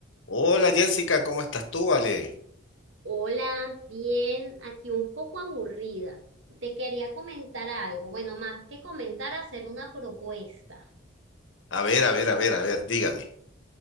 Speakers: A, on the left (about 75°); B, on the right (about 80°).
A: Hola Jessica, ¿cómo estás tú, Vale?
B: Hola, bien, aquí un poco aburrida. Te quería comentar algo, bueno, más que comentar, hacer una propuesta.
A: A ver, a ver, a ver, a ver, dígame.